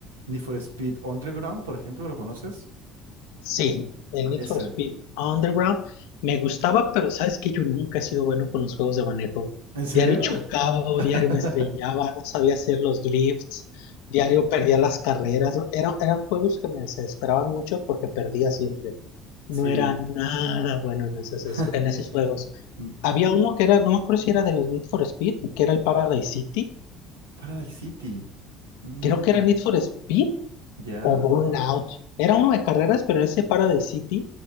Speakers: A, on the right (about 80°); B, on the left (about 70°).
A: Need for Speed Underground, por ejemplo, ¿lo conoces?
B: Sí, el Need
A: Ese.
B: for Speed Underground me gustaba, pero sabes que yo nunca he sido bueno con los juegos de manejo.
A: ¿En serio?
B: Diario chocaba, o
A: <laughs>
B: diario me estrellaba, no sabía hacer los drifts, diario perdía las carreras. Eran, eran juegos que me desesperaban mucho porque perdía siempre. No
A: Sí.
B: era nada bueno en esos,
A: <laughs>
B: en
A: Mi-
B: esos juegos.
A: m-
B: Había uno que era, no me acuerdo si era de los Need for Speed, que era el Paradise City.
A: Paradise City. Mm,
B: Creo que era Need for Speed
A: ¿ya?
B: o Burnout. Era uno de carreras, pero ese Paradise City